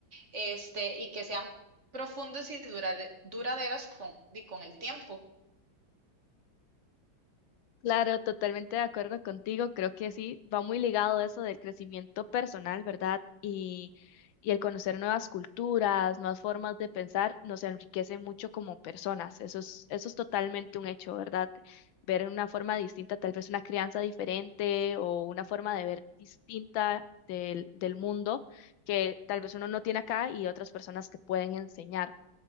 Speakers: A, on the right; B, on the left.
A: este, y que sean profundas y durade- duraderas con, di- con el tiempo.
B: Claro, totalmente de acuerdo contigo. Creo que sí, va muy ligado eso del crecimiento personal, ¿verdad? Y, y el conocer nuevas culturas, nuevas formas de pensar, nos enriquece mucho como personas. Eso es, eso es totalmente un hecho, ¿verdad? Ver una forma distinta, tal vez una crianza diferente o una forma de ver distinta del, del mundo que tal vez uno no tiene acá y otras personas te pueden enseñar.